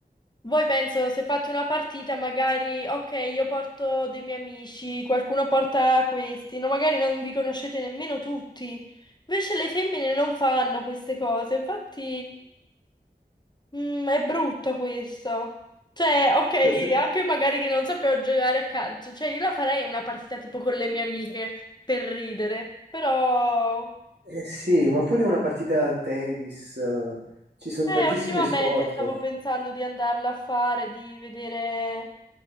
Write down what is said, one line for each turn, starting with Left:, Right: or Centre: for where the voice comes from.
Left: Voi penso, se fate una partita, magari, ok, io porto dei miei amici, qualcuno porta questi, no, magari non vi conoscete nemmeno tutti. Invece le femmine non fanno queste cose, infatti, mm, è brutto questo. Cioè, ok,
Right: Eh,
Left: anche magari che non sapevo giocare a calcio, cioè io la farei una partita tipo con le mie amiche per ridere, però,
Right: sì, ma pure una partita a tennis, eh, ci sono
Left: eh,
Right: tantissimi
Left: ultimamente
Right: sport.
Left: stavo pensando di andarla a fare, di vedere